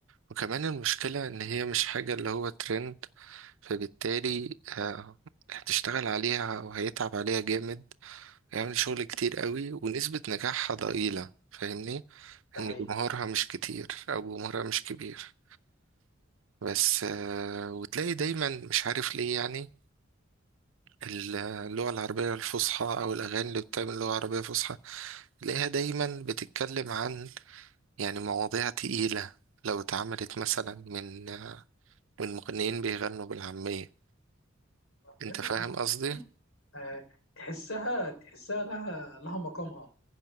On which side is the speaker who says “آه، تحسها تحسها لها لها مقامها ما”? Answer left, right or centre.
Left